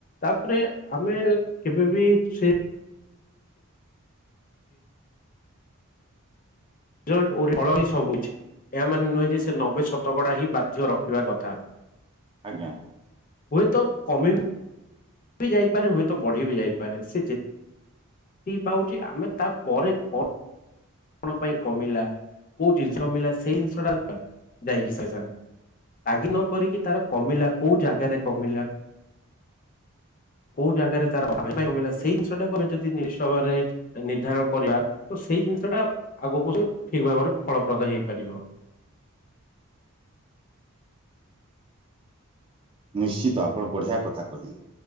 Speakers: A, on the left (about 40°); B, on the right (about 25°).
A: ତାପରେ ଆମେ କେବେ ବି ସେ ରେଜଲ୍ଟ ଫଳ ହିଁ ସବୁକିଛି। ଏହାମାନେେ ନୁହେଁ ଯେ ସେ ନବେ ଶତକଡ଼ା ହିଁ ବାଧ୍ୟ ରଖିବା କଥା।
B: ଆଜ୍ଞା।
A: ହୁଏ ତ କମି ବି ଯାଇପାରେ ହୁଏତ ବଢ଼ି ବି ଯାଇପାରେ ସେ ଯେତେ ପାଉଛି ଆମେ ତାପରେ ପ କଣ ପାଇଁ କମିଲା କୋଉ ଜିନିଷ ମିଲା ସେଇ ଜିନିଷଟା ଯାଇକି ସେ ସାଙ୍ଗ ରାଗି ନ କରିକି ତାର କମିଲା କୋଉ ଜାଗାରେ କମିଲା। କୋଉ ଜାଗାରେ ତାର କମିଲା ସେଇ ଜିନିଷଟାକୁ ଆମେ ଯଦ ନିଶ ସମୟରେ ନିର୍ଦ୍ଧାରଣ କରିବା ତ ସେଇ ଜିନିଷ ଟା ଆଗକୁ ସେ ଠିକ୍ ଭାବରେ ଫଳପ୍ରଦ ହେଇପାରିବ।
B: ନିଶ୍ଚିତ ଆପଣ ବଢିଆ କଥା କହିଲେ